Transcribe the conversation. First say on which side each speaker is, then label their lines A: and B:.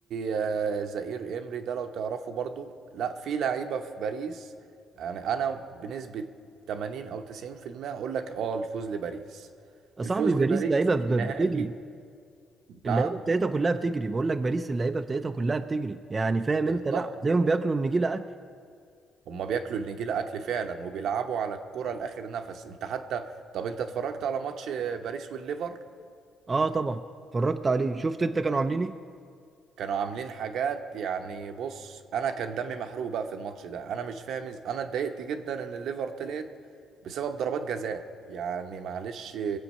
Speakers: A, on the right; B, on the right.
A: آه، زائير امري ده لو تعرفه برضو لا في لعيبة في باريس يعني انا بنسبة 80 او 90% اقول لك اه الفوز لباريس
B: يا
A: الفوز
B: صاحبي باريس
A: لباريس
B: لعيبة ب-
A: والنهائي
B: بتجري
A: نعم
B: اللعيبة بتاعتها كلها بتجري بقول لك باريس اللعيبة بتاعتها كلها بتجري يعني فاهم انت
A: بالظبط
B: لا هتلاقيهم بياكلوا النجيلة أكل
A: هما بياكلوا النجيلة اكل فعلا وبيلعبوا على الكرة لاخر نفس انت حتى طب انت اتفرجت على ماتش باريس والليفر
B: اه طبعا اتفرجت عليه شفت انت كانوا عاملين ايه
A: كانوا عاملين حاجات يعني بص انا كان دمي محروق بقى في الماتش ده انا مش فاهم إز... انا اتضايقت جدا ان الليفر طلعت بسبب ضربات جزاء يعني معلش